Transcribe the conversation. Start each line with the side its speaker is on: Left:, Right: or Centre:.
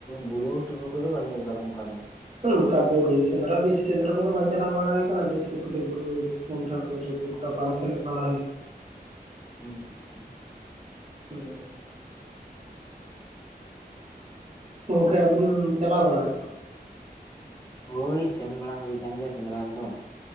Left: ᱵᱩᱨᱩ ᱴᱩᱨᱩ ᱠᱚᱫᱚ ᱵᱟᱹᱱᱩᱜ ᱟᱠᱟᱫᱟ ᱚᱱᱠᱟ ᱫᱚ
Right: ᱱᱚᱝᱠᱟ ᱵᱩᱨᱩ ᱥᱮᱫᱽᱨᱟ ᱵᱤᱨ ᱥᱮᱫᱽᱨᱟ ᱠᱚᱫᱚ ᱵᱟᱝ ᱪᱟᱞᱟᱣ ᱵᱟᱲᱟ ᱦᱩᱭ ᱠᱟᱱᱟ ᱵᱤᱨ ᱥᱩᱠᱨᱤ ᱵᱩᱨᱩ ᱥᱮᱸᱫᱽᱨᱟ ᱠᱚᱨᱮ ᱫᱟ ᱚᱱᱠᱟ ᱵᱟᱝ ᱥᱟᱞᱮᱫ ᱵᱟᱲᱟ ᱦᱩᱭ
Left: ᱟᱪᱪᱷᱟ
Right: ᱦᱮᱸ ᱜᱚᱢᱠᱮ ᱟᱹᱵᱤᱱ ᱪᱟᱞᱟᱣ ᱵᱟᱲᱟ ᱟᱠᱟᱱᱟ
Left: ᱦᱳᱭ ᱥᱮᱱ ᱵᱟᱲᱟ ᱦᱩᱭ ᱟᱠᱟᱱ ᱜᱮᱭᱟ ᱥᱮᱸᱫᱽᱨᱟ ᱠᱚᱫᱚ